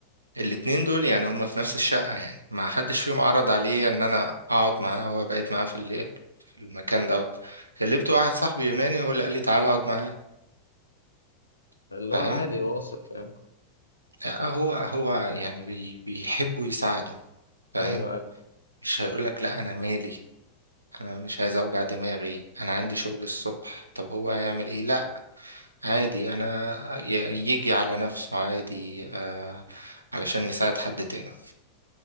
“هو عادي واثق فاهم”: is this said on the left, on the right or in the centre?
Left